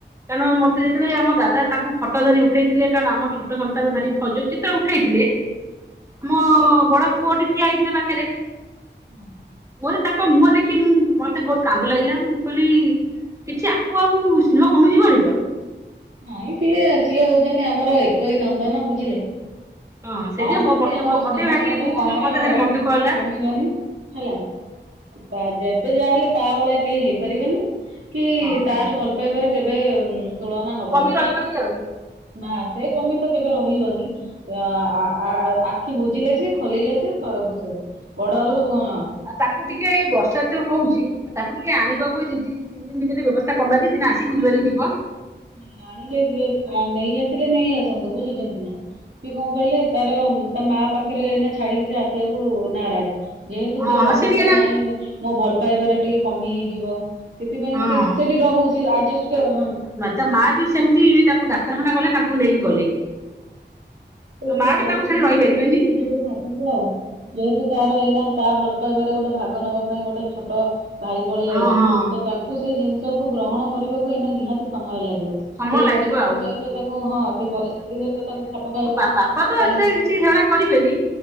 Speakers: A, on the right; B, on the right.
A: କାରଣ ମତେ
B: ନାଇଁ
A: ଯେତେଳେ
B: ସେଇଟା
A: ଆମ ଦାଦା ତାଙ୍କୁ ଫଟୋ ଧରି ଉଠେଇଥିଲେ କାରଣ ଆମ ଛୋଟ ସ ନ୍ତାନ ଧରି <unintelligible> ତ ଉଠାଇଥିଲେ। ମୋ ବଡ ପୁଅଟି ଠିଆ ହେଇଥିଲେ ପାଖେରେ।
B: ହୁଁ।
A: ମୋତେ ତାଙ୍କ ମୁହଁ ଦେଖି ମୁଁ ମତେ ବହୁତ୍ କାନ୍ଦ ଲାଗିଲା, ମୁଁ କହିଲି କିଛି ଆକୁ ଆଉ ସ୍ନେହ କମିଯିବନି ତ?
B: ନାଇଁ ସିଏ-ସିଏ ହଉଚନ୍ତି ଆମର ଏକୋଇ ନନ୍ଦନ ବୁଝିଲେ।
A: ହଁ ସେଇଥି
B: ତା ପ୍ରତି ଆମର ସ୍ନେହ
A: ମତେ ଭାରି
B: ଶ୍ରଦ୍ଧା
A: ମୁଁ
B: କାହାର
A: ମତେ ଭାରି ମନ ଦୁଃଖ ହେଲା
B: କମିବନି। ହେଲା ତା ଯେତେ ଯାହାହେଲେ ତାଭଳିଆ କେହି ହେଇପାରିବେନି କିତାର
A: ହଁ
B: ଭଲ ପାଇବାରେ କେବେ ତୁଳନା ହ
A: କମି ରହିବନି ଆଉ।
B: ନା ସେକମିତ କେବେ ରହିବନି। ଆଁ ଆଁ ଆଁ ଆଁ ଆଖି ବୁଝିଲେ ସିଏ ଖୋଲିଲେ ସିଏ ସବୁସେଇ ବଡ଼ଅଳୁ
A: ହଁ।
B: ନୁହଁ।
A: ଆଉ ତାକୁ ଟିକେ ବର୍ଷାଏତେ ହଉଚି ତାକୁ ଟିକେ ଆଣିବାକୁ ଏଇ ଦିଦି ତିନିଦିନି ଭିତରେ ବ୍ୟସ୍ତତା କରନାହାନ୍ତି ଦିନେ ଆସି ବୁଲିବାଲିକି ଯିବ।
B: ନାଇଁ ଆଣିଲେ କିଏ ନେଇ ଆସିଲେ ନେଇ ଆସନ୍ତୁ ବୁଝୁଚନ୍ତିନା ସିଏ କଣ କହିଲେ ତାରତା ମା ପାଖରେ ଏଇନା ଛାଡ଼ିକି ସେ ଆସିବାକୁ ନାରାଜ୍। ଯେହେତୁସେ
A: ହଁ
B: ଭାବୁଚିକି
A: ହଁ ସେ ଟିକେ ନା
B: ନାଇଁ ମୋଭଲ ପାଇବାରେ ଟିକେ କମି ହେଇଯିବ। ସେଥିପାଇଁ
A: ହଁ
B: ସେ ସେଠି ରହ ସେଆର୍ଜସେଷ୍ଟ ହଁ।
A: ତାମାବି ସେମିତି ତାଙ୍କୁ ଡାକ୍ତରଖାନା ଗଲେ ତାଙ୍କୁ ନେଇକି ଗଲେ।
B: ତସେଇ
A: ମା
B: ପରିସ୍ଥିତି
A: ବି ତାଙ୍କୁ ଛାଡି ରହିପାରିବେନି
B: ସହିତ ସେଟିକେ ନିଜକୁ ସ <unintelligible> ଯେହେତୁ ତାର ଏଇନା ତାଭଲ ପାଇବାରେ ଗୋଟେ ଭାଗ ନବା ପାଇଁ ଗୋଟେ ଛୋଟ ଭାଇ ପଳେଇଆଇଚି
A: ହଁ ହଁ
B: ତତାକୁ ସେଇ ଜିନିଷକୁ ଗ୍ରହଣ କରିବାକୁ ଏଇନା ନିହାତି ସମୟ ଲାଗିବ।
A: ସମୟ
B: ସେଇ
A: ଲାଗିବ
B: ପରିସ୍ଥିତି
A: ଆଉ।
B: ସହିତ ତାକୁ ହଁ ସେଇ ପରିସ୍ଥିତି ସହିତ ତାକୁ ଖାପ ଖାଇବାକୁ
A: ବାପାତ
B: ଟାଇମ୍
A: ଏଥିରେ କିଛି ହେଳା କରିବେନି